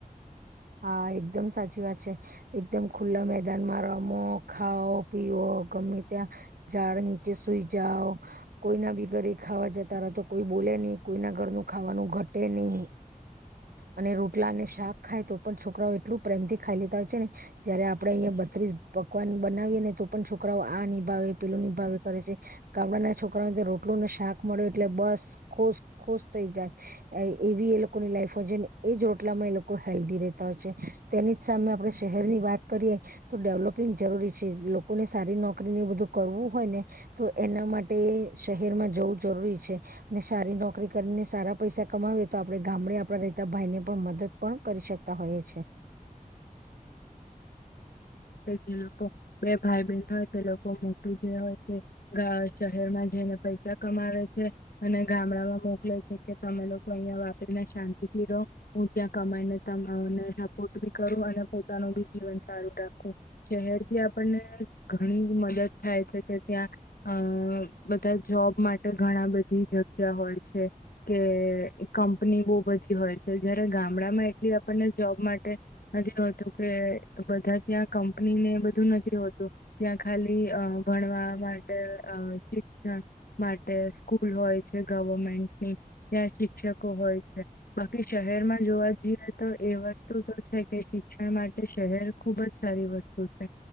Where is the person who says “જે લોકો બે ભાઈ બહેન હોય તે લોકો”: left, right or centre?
Left